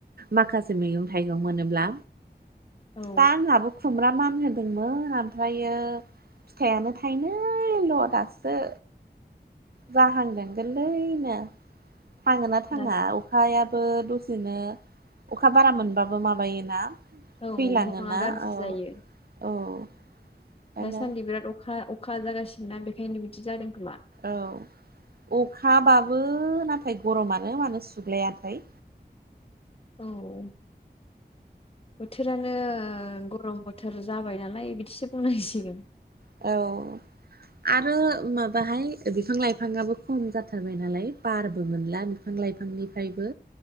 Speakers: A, on the right; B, on the left.
A: माखासे मैगं थाइगं मोनोब्ला
B: औ
A: दा आंहाबो खुमब्रा मान होन दोंमोन ओमफ्रायो फिथाइयानो थाइनैल' दासो जाहांदों गोल्लैनो थाङो ना थाङा
B: दास
A: अ खायाबो दसेनो अखा बारा मोनबाबो माबायोना।
B: औ
A: थैलाङो
B: बिफाङा
A: ना
B: गाज्रि
A: औ
B: जायो
A: औ। ओंखायनो
B: दासान्दि बिराद अखा अखा जागासिनो ना बेखायनो बिदि जादों खोमा।
A: औ अखाबाबो नाथाय गरमानो मानो सुग्लायाथाय।
B: औ। बोथोरानो गरम बोथोर जाबाय नालाय बिदिसो बुंनांसिगोन।
A: औ। आरो माबाहाय बिफां लाइफाङाबो खम जाथारबाय नालाय बारबो मोनला। बिफां लाइफांनिफायबो